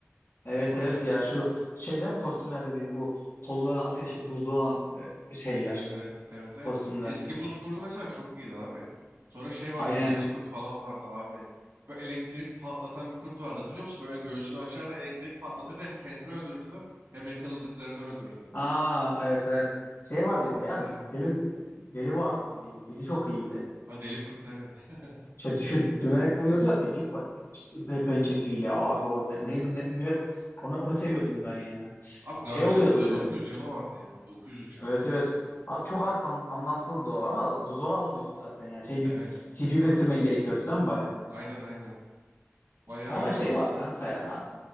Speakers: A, on the left; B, on the right.
A: Evet
B: Yani o
A: evet
B: eski.
A: ya şu şeyde mi kostümler dediğim bu kolları ateşli buzlu olan e, şeyler
B: Evet evet evet evet.
A: kostümler.
B: Eski buz kurdu mesela çok iyiydi abi. Sonra şey vardı
A: Aynen.
B: hızlı kurt falan vardı abi. Böyle elektrik patlatan bir kurt vardı hatırlıyor musun? Böyle göğsünü açardı elektrik patlatırdı hem kendini öldürürdü hem yakaladıklarını öldürürdü.
A: Aa evet evet. Şey vardı
B: Abi
A: bir de ya
B: nelerdi?
A: deli deli vardı deli. Deli çok iyiydi.
B: Ha, deli kurt evet. <laughs>
A: Şey, şu dönerek vuruyordu ya tek pe- pençesiyle abi o ne-
B: Evet.
A: neydi ne, ne- onu, onu seviyordum ben ya.
B: Abi gardiyan
A: Şey oluyordu
B: kurdun
A: bir
B: 900
A: de.
B: canı vardı ya. 900 can.
A: Evet evet. Abi çok a- san- anlamsızdı o ama z- zor alınıyordu zaten yani. Şey
B: Evet.
A: bir CP biriktirmen gerekiyordu değil mi baya?
B: Aynen aynen. Bayağı
A: Ya ama
B: iyiydi
A: şey
B: ama.
A: var kanka ya.